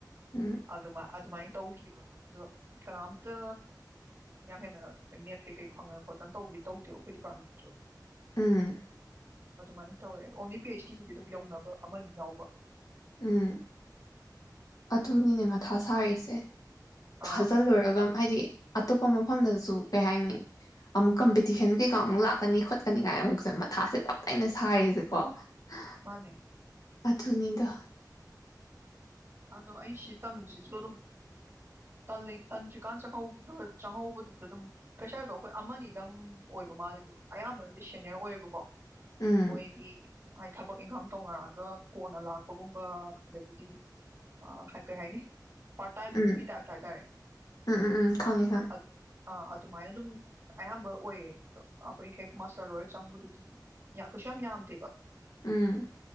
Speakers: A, on the left; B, on the right.
A: ꯎꯝ
B: ꯑꯗꯨꯃꯥꯏ ꯑꯗꯨꯃꯥꯏ ꯇꯧꯈꯤꯌꯦꯕꯥ ꯑꯗꯣ ꯀꯅꯥꯝꯇꯥ ꯌꯥꯝ ꯍꯦꯟꯅꯥ ꯅꯦꯠ ꯀꯩ ꯀꯩ ꯐꯪꯗꯅ ꯇꯧ ꯕꯗꯤ ꯇꯧꯗꯦ ꯑꯩꯈꯣꯌ ꯗꯦꯄꯥꯔꯠꯃꯦꯟꯠ ꯇꯨꯁꯨ
A: ꯎꯝ
B: ꯑꯗꯨꯃꯥꯏ ꯇꯧꯑꯦ ꯑꯣꯟꯂꯤ ꯄꯤ ꯍꯩꯁ ꯗꯤꯒꯤꯗꯤ ꯑꯗꯨꯝ ꯌꯧꯅꯕ ꯑꯃꯥ ꯑꯅꯤ ꯌꯥꯎꯕ
A: ꯎꯝ ꯑꯗꯨꯅꯤꯅꯦ ꯃꯊꯥ ꯁꯔꯤꯁꯦ
B: ꯑꯥ
A: ꯊꯖꯤꯜꯂꯨꯔꯒꯥ ꯍꯥꯏꯗꯤ ꯑꯇꯣꯞꯄꯥ ꯃꯐꯝ ꯗꯁꯨ ꯀꯩ ꯍꯥꯌꯅꯤ ꯑꯃꯨꯛ ꯀꯝꯄꯤꯇꯤꯁꯟ ꯀꯩꯀ ꯂꯥꯛꯀꯅꯤ ꯈꯣꯠꯀꯅꯤ ꯀꯥꯏꯅꯥ ꯑꯃꯨꯛꯁꯨ ꯃꯊꯥꯁꯤ ꯇꯞ ꯇꯥꯏꯅꯥ ꯁꯥꯔꯤꯁꯦ ꯑꯥ <inaudible>
B: ꯃꯥꯅꯦ
A: ꯑꯗꯨꯅꯤꯗ
B: ꯑꯗꯣ ꯑꯩ ꯁꯤꯇꯝꯃꯤꯁꯤꯁꯨ ꯇꯜꯂꯤ ꯇꯟꯗ꯭ꯔꯤꯀꯟ ꯆꯪꯍꯧꯗꯣ ꯆꯪꯍꯩꯕꯗꯨꯗꯗꯨꯝ ꯐ꯭ꯔꯦꯁ꯭ꯔꯗꯣ ꯑꯩꯈꯣꯏ ꯑꯃꯥꯅꯤꯗꯪ ꯑꯣꯏꯕ ꯃꯜꯂꯦꯗꯣ ꯑꯌꯥꯝꯕꯅꯗꯤ ꯁꯦꯅꯤꯌ꯭ꯔ ꯑꯣꯏꯕꯀꯣ꯫
A: ꯎꯝ
B: ꯃꯣꯏꯒꯤ ꯊꯕꯛ ꯏꯪꯈꯥꯡ ꯇꯧꯅꯔꯒ ꯀꯣꯟꯅ ꯂꯛꯄ ꯒꯨꯝꯕ ꯑꯗꯒꯤꯗꯤ ꯑꯥꯥ ꯀꯩꯍꯥꯏꯅꯤ ꯄꯥꯠꯇꯥꯏꯃꯒꯤ
A: ꯎꯝ
B: ꯇꯥꯏꯞꯇ ꯍꯥꯏꯇꯋꯦ
A: ꯎꯝ ꯎꯝ ꯎꯝ ꯈꯪꯉꯦ
B: ꯑꯥ
A: ꯈꯪꯉꯦ
B: ꯑꯗꯨꯃꯥꯏꯅꯗꯨꯝ ꯑꯌꯥꯝꯕ ꯑꯣꯏꯌꯦ ꯑꯗꯣ ꯑꯩꯈꯣꯏ ꯍꯦꯛ ꯃꯥꯁꯇ꯭ꯔ ꯂꯣꯏꯔꯒ ꯆꯪꯕꯗꯨꯗꯤ ꯌꯥ ꯀꯩꯁꯨꯌꯥꯝ ꯌꯥꯝꯗꯦꯕ
A: ꯎꯝ